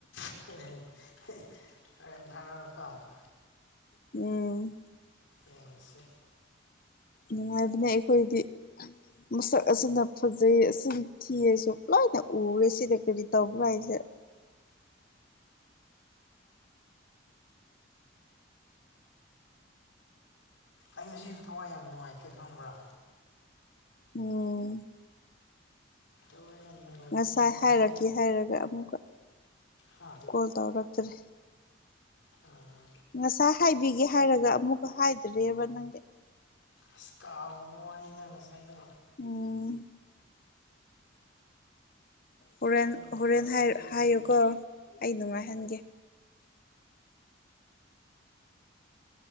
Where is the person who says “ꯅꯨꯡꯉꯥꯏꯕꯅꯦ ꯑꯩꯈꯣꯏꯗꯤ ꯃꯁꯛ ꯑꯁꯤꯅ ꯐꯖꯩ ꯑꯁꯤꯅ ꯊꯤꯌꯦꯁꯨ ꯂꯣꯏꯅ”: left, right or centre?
Left